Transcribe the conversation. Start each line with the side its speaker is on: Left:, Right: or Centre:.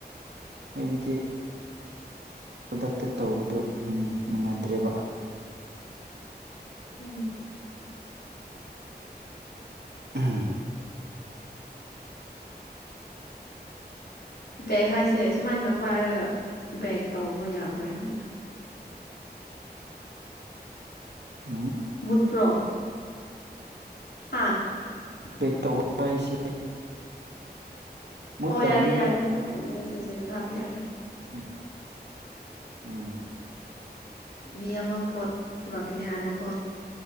Right: ꯍꯥꯏꯕꯗꯤ ꯈꯨꯗꯛꯇ ꯇꯧꯕꯗꯨ ꯅꯨꯡꯉꯥꯏꯇ꯭ꯔꯦꯕ
Left: ꯎꯝ
Right: ꯎꯝ
Left: ꯕꯦꯛ ꯍꯥꯏꯁꯦ ꯁꯨꯃꯥꯏꯅ ꯄꯥꯏꯔꯒ ꯕꯦꯛ ꯇꯧꯕ ꯌꯥꯕ꯭ꯔꯥ ꯍꯥꯏꯕꯅꯤꯅ
Right: ꯎꯝ
Left: ꯃꯨꯠꯄ꯭ꯔꯣ ꯍꯥ
Right: ꯕꯦꯛ ꯇꯧꯕ ꯍꯥꯏꯁꯦ ꯃꯨꯠꯇꯕꯅꯤꯗ
Left: ꯑꯣ ꯌꯥꯔꯦ ꯌꯥꯔꯦ ꯑꯩ ꯃꯦꯁꯦꯖ ꯑꯣꯏꯅ ꯊꯥꯕ ꯌꯥꯔꯦ
Right: ꯎꯝ ꯎꯝ ꯎꯝ
Left: ꯃꯤ ꯑꯃ ꯄꯣꯠ ꯄꯨꯔꯛꯀꯅꯤ ꯍꯥꯏꯕꯀꯣ